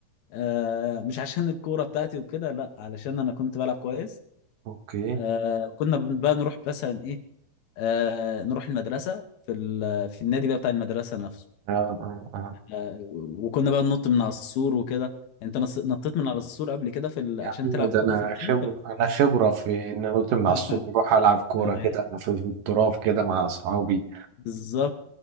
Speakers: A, on the left (about 80°); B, on the right (about 70°).
A: آه مش عشان الكوره بتاعتي وكده لا علشان انا كنت بلعب كويس
B: أوكي
A: آه كنا بقى نروح مثلا ايه آه نروح المدرسة في ال... في النادي بقى بتاع المدرسة نفسه
B: آه آه آه
A: آه وكنا بقى ننط من على السور وكده انت نص... نطيت من على السور قبل كده في ال...
B: يعني
A: عشان تلعب
B: ده
A: كورة
B: أنا
A: في
B: خبرة
A: النادي ولا
B: أنا خبرة في إن أنط من على
A: <laughs>
B: السور وأروح ألعب كورة
A: تمام.
B: كده أنا في في التراب كده مع أصحابي
A: بالظبط